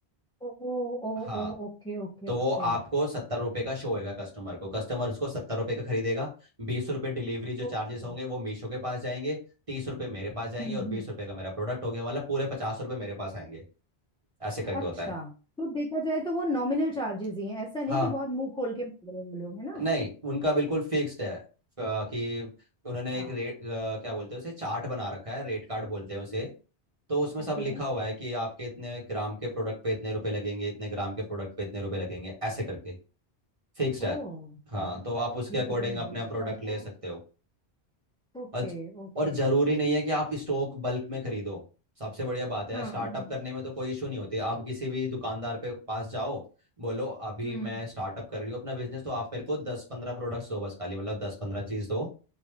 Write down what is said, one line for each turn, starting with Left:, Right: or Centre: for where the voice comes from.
Centre: Oh Oh
Right: हाँ
Centre: Oh Okay okay
Right: तो
Centre: okay
Right: वो
Centre: हम्म
Right: आपको सत्तर रुपए का शो होएगा कस्टमर को कस्टमर उसको सत्तर रुपए का खरीदेगा बीस रुपए डिलीवरी जो
Centre: ओके
Right: चार्जेस होंगे
Centre: हम्म।
Right: वो मीशो के पास जाएंगे तीस रुपए मेरे पास जाएंगे
Centre: हम्म।
Right: और बीस रुपए का मेरा प्रोडक्ट हो गया मतलब पूरे पचास रुपए मेरे पास आएंगे ऐसे करके
Centre: अच्छा
Right: होता है
Centre: तो देखा जाए तो वो नॉमिनल चार्जेस ही हैं ऐसा नहीं
Right: हाँ
Centre: कि बहुत मुंह खोल के बोल रहे हैं लोग है ना
Right: नहीं उनका बिल्कुल फिक्स्ड है क- कि उन्होंने
Centre: हाँ,
Right: एक रेट क्या बोलते हैं उसे चार्ट बना रखा है रेट कार्ड बोलते हैं उसे तो उसमें सब
Centre: ओके
Right: लिखा हुआ है कि आपके इतने ग्राम के प्रोडक्ट पे इतने रुपए लगेंगे इतने ग्राम के प्रोडक्ट पे इतने रुपए लगेंगे ऐसे करके फिक्स्ड
Centre: ओ
Right: है हाँ
Centre: चलो,
Right: तो आप उसके
Centre: ये
Right: अकॉर्डिंग
Centre: तो तुमने
Right: अपने
Centre: बहुत अच्छा
Right: प्रोडक्ट
Centre: बताया
Right: ले सकते हो
Centre: Okay
Right: और
Centre: okay
Right: और जरूरी
Centre: okay
Right: नहीं है कि आप स्टॉक बल्क में खरीदो सबसे बढ़िया बात है
Centre: हाँ
Right: स्टार्टअप
Centre: हाँ
Right: करने में तो कोई इशू नहीं होती आप किसी भी दुकानदार पे पास जाओ बोलो अभी
Centre: हम्म
Right: मैं स्टार्टअप कर रही हूँ अपना बिजनेस तो आप मेरे को दस पंद्रह प्रोडक्ट्स दो बस खाली मतलब दस पंद्रह चीज दो